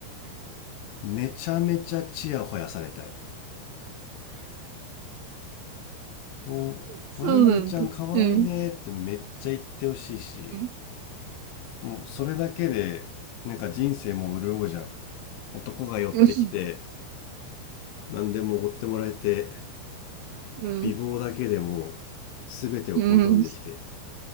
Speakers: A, on the left (about 75°); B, on the right (about 80°).
A: めちゃめちゃチヤホヤされたいもう「まるまるちゃん可愛いね」ってめっちゃ言ってほしいし
B: <laughs> そうなんだ。うん。うん。
A: もうそれだけでなんか人生もう潤うじゃん男が寄ってきて
B: うん。
A: 何でもおごってもらえて
B: うん。
A: 美貌だけでも全てをコントロールできて。
B: うん